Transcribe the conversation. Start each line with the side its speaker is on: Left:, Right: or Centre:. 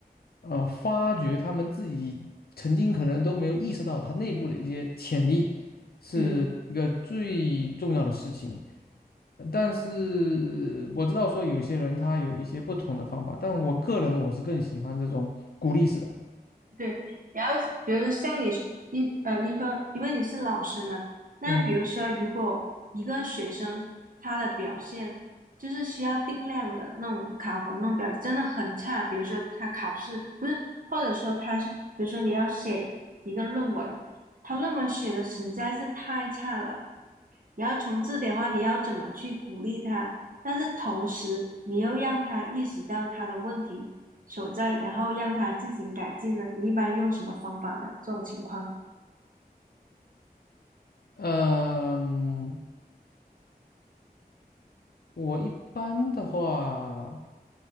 Left: 呃，发掘他们自己曾经可能都没有意识到他内部的一些潜力，是一个最重要的事情。
Right: 嗯，
Left: 呃但是我知道说有些人他有一些不同的方法，但我个人我是更喜欢这种鼓励式的。
Right: 对。然后比如说像你是你呃，你说因为你是老师嘛，那比如说如果一个学生他的表现就是需要定量的那种考核那种表现真的很差，
Left: 嗯，
Right: 比如说他考试不是，或者说他是，比如说你要写一个论文，他论文写的实在是太差了，你要从这点的话，你要怎么去鼓励他？但是同时，你又让他意识到他的问题所在，然后让他进行改进呢？你一般用什么方法呢？这种情况，
Left: 呃，嗯我一般的话。